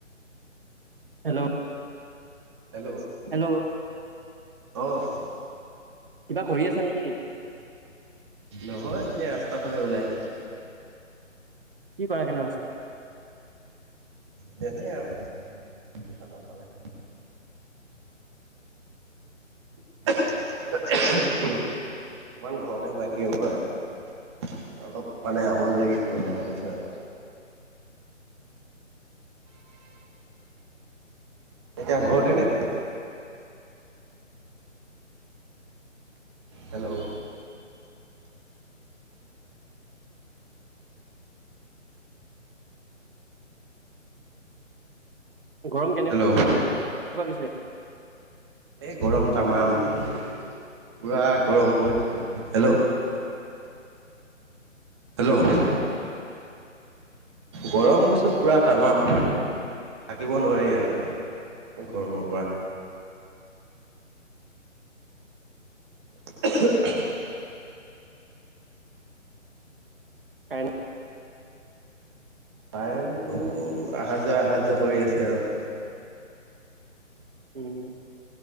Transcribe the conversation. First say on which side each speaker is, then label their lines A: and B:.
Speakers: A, on the right; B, on the right.
A: হেল্ল',
B: হেল্ল',
A: হেল্ল'
B: অহ।
A: কিবা কৰি আছা নেকি?
B: নহয় এনেই ৰাস্তা ফালে ওলাই আহিছোঁ।
A: কি কৰা গেনো ৰাস্তাত?
B: তেনে আৰু <unintelligible> নাপালে। <unintelligible> কিমান ঘৰতে সোমাই থাকিম হয়। অলপ মানে আমনি লাগিছে ওলাই আহিছোঁ আৰু। এতিয়া ঘৰতেনে? হেল্ল',
A: গৰম কেনে
B: হেল্ল'
A: <inaudible> কুৱা পিছে?
B: এ গৰম তামাম পুৰা গৰম পৰিছে হেল্ল', হেল্ল', গৰম কৈছো পুৰা তামাম থাকিব নোৱাৰি আৰু গৰমৰ পৰা। <unintelligible>
A: কাৰেন <unintelligible>
B: কাৰেণ্টটো আহা যোৱা- আহা যোৱা কৰি আছে আৰু।
A: উম,